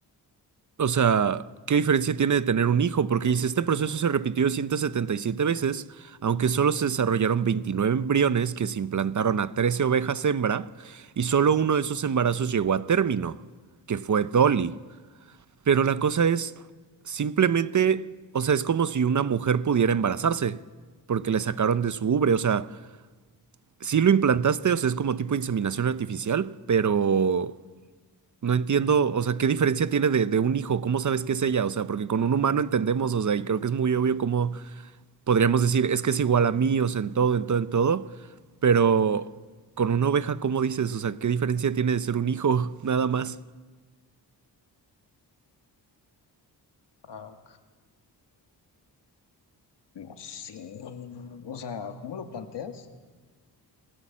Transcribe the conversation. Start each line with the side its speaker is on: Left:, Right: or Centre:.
Right: O sea, ¿qué diferencia tiene de tener un hijo? Porque dice, este proceso se repitió 177 veces, aunque solo se desarrollaron 29 embriones que se implantaron a 13 ovejas hembra, y solo uno de esos embarazos llegó a término, que fue Dolly. Pero la cosa es, simplemente, o sea, es como si una mujer pudiera embarazarse, porque le sacaron de su ubre, o sea, sí lo implantaste, o sea, es como tipo inseminación artificial, pero... No entiendo, o sea, ¿qué diferencia tiene de, de un hijo? ¿Cómo sabes que es ella? O sea, porque con un humano entendemos, o sea, y creo que es muy obvio cómo podríamos decir, es que es igual a mí, o sea, en todo, en todo, en todo, pero con una oveja, ¿cómo dices? O sea, ¿qué diferencia tiene de ser un hijo? <laughs> Nada más.
Left: Ah, no sé, o sea, ¿cómo lo planteas?